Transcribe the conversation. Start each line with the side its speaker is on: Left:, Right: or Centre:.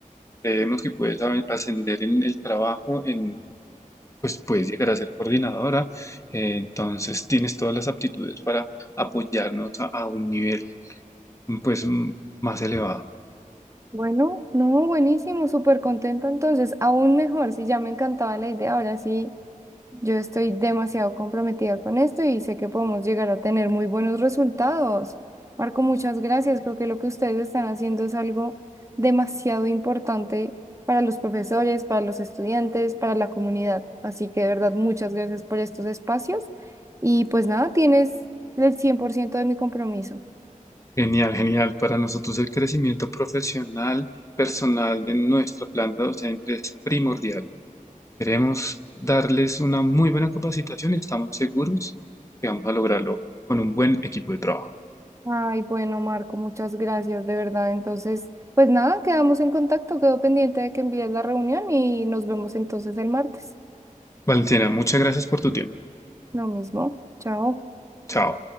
Left: Creemos que puedes a- ascender en el trabajo, en pues puedes llegar a ser coordinadora. eh, entonces tienes todas las aptitudes para apoyarnos a, a un nivel pues m- más elevado.
Right: Bueno, no, buenísimo, súper contenta entonces, aún mejor, si ya me encantaba la idea, ahora sí, yo estoy demasiado comprometida con esto y sé que podemos llegar a tener muy buenos resultados. Marco, muchas gracias, creo que lo que ustedes están haciendo es algo demasiado importante para los profesores, para los estudiantes, para la comunidad, así que de verdad, muchas gracias por estos espacios y pues nada, tienes el 100% de mi compromiso.
Left: Genial, genial. Para nosotros el crecimiento profesional, personal de nuestra planta docente es primordial. Queremos darles una muy buena capacitación y estamos seguros que vamos a lograrlo con un buen equipo de trabajo.
Right: Ay, bueno, Marco, muchas gracias, de verdad. Entonces, pues nada, quedamos en contacto. Quedo pendiente de que envíes la reunión y nos vemos entonces el martes.
Left: Valentina, muchas gracias por tu tiempo.
Right: Lo mismo. Chao.
Left: Chao.